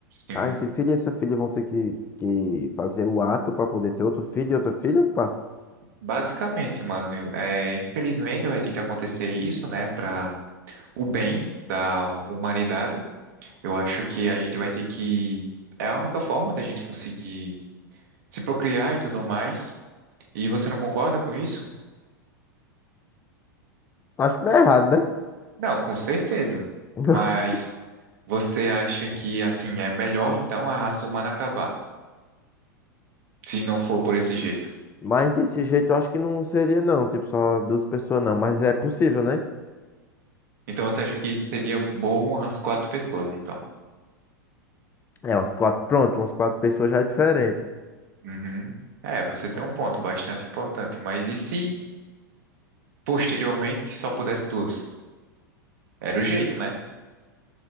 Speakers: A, on the right; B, on the left.
A: Sim,
B: Ah, esse filho e essa filha vão ter que, que fazer o ato para poder ter outro filho e outro filho
A: basicamente, mano, é, infelizmente vai ter que acontecer isso, né, para o bem da humanidade. Eu acho que a gente vai ter que, é a única forma da gente conseguir se procriar e tudo mais. E você não concorda com isso?
B: Acho meio errado, né?
A: Não, com certeza.
B: <laughs>
A: Mas você acha que assim é melhor então a raça humana acabar, se não for por esse jeito?
B: Mas desse jeito eu acho que não seria, não. Tipo, só duas pessoas, não. Mas é possível, né?
A: Então você acha que seria bom as quatro pessoas, então?
B: É, umas quatro, pronto, umas quatro pessoas já é diferente.
A: Uhum. É, você tem um ponto bastante importante. Mas e se posteriormente só pudesse duas? Era o jeito, né?